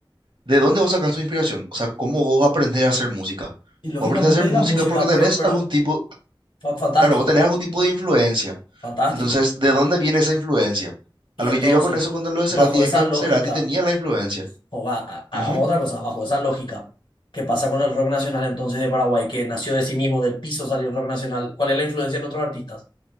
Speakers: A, on the right; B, on the left.
A: ¿de dónde vos sacás tu inspiración? O sea, ¿cómo vos aprendés a hacer música?
B: y lógicamente
A: Vos aprendés a hacer música
B: de la música,
A: porque tenés
B: pero, pero
A: algún tipo,
B: fa- fantástico,
A: claro, vos tenés algún tipo de influencia
B: fantástico.
A: Entonces, ¿de dónde viene esa influencia?
B: Y
A: A lo
B: entonces,
A: que yo iba con eso cuando lo de Cerati
B: bajo
A: es
B: esa
A: que
B: lógica,
A: Cerati tenía la influencia.
B: o va, ha- hagamos
A: Ujú.
B: otra cosa, bajo esa lógica, ¿qué pasa con el rock nacional entonces de Paraguay, que nació de sí mismo, del piso salió el rock nacional? ¿Cuál es la influencia en otros artistas?